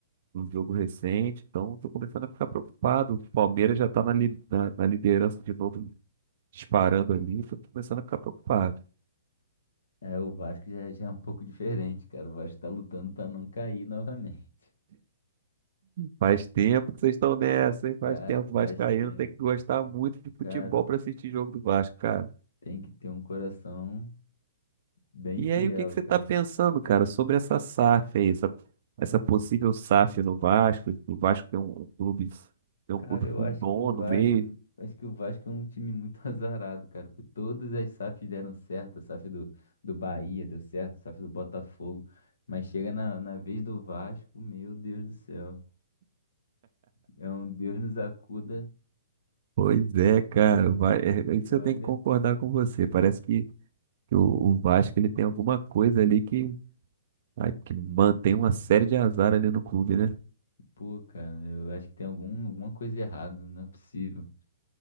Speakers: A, on the right (about 50°); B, on the left (about 80°).
A: num jogo recente. Então tô começando a ficar preocupado. O Palmeiras já tá na, li- na, na liderança de novo, disparando ali. Tô começando a ficar preocupado.
B: É, o Vasco já, já é um pouco diferente, cara. O Vasco tá lutando pra não cair novamente. <laughs>
A: Faz tempo que vocês estão nessa, hein? Faz
B: Cara,
A: tempo, o
B: faz
A: Vascaíno
B: tempo.
A: tem que gostar muito de futebol
B: Cara,
A: pra assistir jogo do Vasco, cara.
B: tem que ter um coração bem
A: E
B: fiel,
A: aí, o que que você
B: cara.
A: está pensando, cara, sobre essa SAF aí, essa, essa possível SAF no Vasco? O Vasco tem um clube, tem um
B: Cara,
A: clube
B: eu
A: com
B: acho
A: dono
B: que o Vasco,
A: mesmo.
B: acho que o Vasco é um time muito <laughs> azarado, cara, porque todas as SAFs deram certo, a SAF do, do Bahia deu certo, a SAF do Botafogo, mas chega na, na vez do Vasco, meu Deus do céu. É um Deus nos acuda
A: Pois é, cara, o Va- é, é isso
B: e olha,
A: eu tenho que concordar com você. Parece que, que o, o Vasco ele tem alguma coisa ali que, ai, que mantém uma série de azar ali no clube, né?
B: pô, cara, eu acho que tem algum, alguma coisa errada, não é possível.